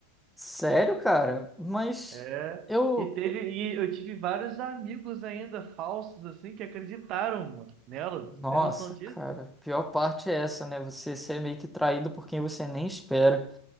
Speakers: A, in the centre; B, on the right.
A: Sério, cara? Mas
B: É,
A: eu
B: E teve, e eu tive vários amigos ainda falsos, assim, que acreditaram, mano, nela.
A: Nossa,
B: Você tem noção disso?
A: cara, a pior parte é essa, né? Você ser meio que traído por quem você nem espera.